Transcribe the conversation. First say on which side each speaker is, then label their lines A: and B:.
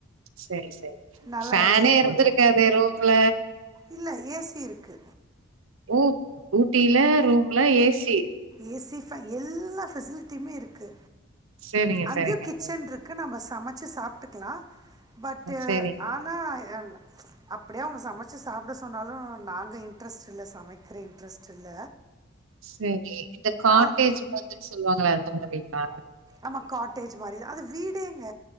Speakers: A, on the right; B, on the right.
A: செரி செரி
B: நல்லா
A: ஃபேனே
B: என்ஜாய்
A: இருந்திருக்காதே
B: பண்ணோ
A: ரூம்ல
B: இல்ல ஏ சி இருக்கு
A: ஊ ஊட்டில ரூம்ல ஏ சி
B: ஏ சி ஃபே எல்லா ஃபெசிலிட்டியுமே இருக்கு
A: சரிங்க
B: அங்கயு
A: சரிங்க
B: கிச்சன்
A: அ,
B: ருக் க்கு நாம சமச்சு சாப்ட்டுக்லா பட் டு
A: சரி
B: ஆனா எம் அப்டியே அவங்க சமச்சு சாப்ட சொன்னாலு நாங்க இன்ட்ரெஸ்ட் இல்ல சமைக்கிற இன்ட்ரெஸ்ட் இல்ல
A: சேரி இந்த காட்டேஜ்
B: ஆ
A: மாத்ரி சொல்லுவாங்களா அந்த மாரிங்களா
B: ஆமா காட்டேஜ் மாரிதா அது வீடேங்க